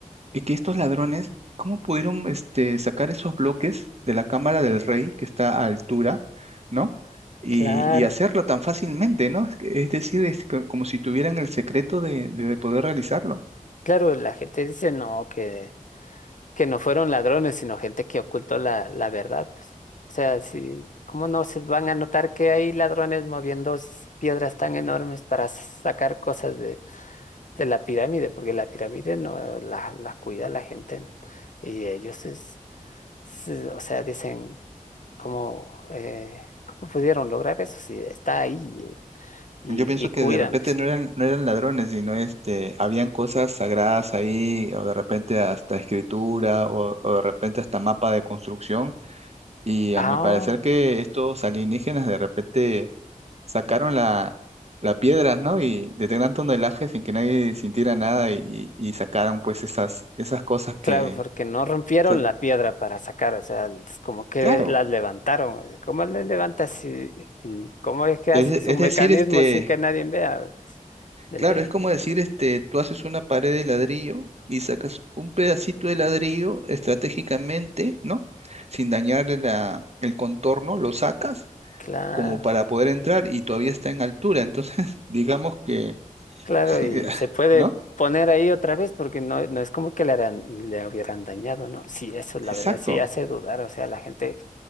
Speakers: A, on the right; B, on the left.
A: y que estos ladrones, ¿cómo pudieron este, sacar esos bloques de la cámara del rey que está a altura, ¿no? Y,
B: Claro,
A: y hacerlo tan fácilmente, ¿no? Es, que- es decir, es co- como si tuvieran el secreto de, de poder realizarlo.
B: claro, la gente dice no, que, que no fueron ladrones, sino gente que ocultó la, la verdad. pues. O sea, si, ¿cómo no se van a notar que hay ladrones moviendo s- piedras tan enormes para sacar cosas de, de la pirámide? Porque la pirámide no la, la cuida la gente. ¿no? Y ellos es, se- o sea, dicen. ¿Cómo, eh, cómo pudieron lograr eso si está ahí eh, y,
A: Yo pienso
B: y cuidan?
A: que de repente
B: pues?
A: no eran, no eran ladrones, sino este, habían cosas sagradas ahí, o de repente hasta escritura, o, o de repente hasta mapa de construcción Y
B: Ah,
A: a mi parecer que estos alienígenas de repente sacaron la, la piedra, ¿no? Y de gran tonelaje sin que nadie sintiera nada y, y sacaron pues esas, esas cosas que...
B: claro, porque no rompieron
A: o sea,
B: la piedra para sacar, o sea, es como que
A: claro,
B: las levantaron. o sea, ¿Cómo las levantas si- y cómo es que haces
A: es, es
B: un
A: decir,
B: mecanismo
A: este,
B: sin que nadie vea? pues, de
A: claro,
B: ley.
A: es como decir, este, tú haces una pared de ladrillo y sacas un pedacito de ladrillo estratégicamente, ¿no? Sin dañar la, el contorno, lo sacas
B: Claro,
A: como para poder entrar y todavía está en altura. Entonces, <laughs> digamos que...
B: claro,
A: <laughs>
B: y se puede
A: ¿No?
B: poner ahí otra vez porque no, no es como que le, harán- le hubieran dañado, ¿no? Sí, eso la
A: Exacto.
B: verdad sí hace dudar, o sea, la gente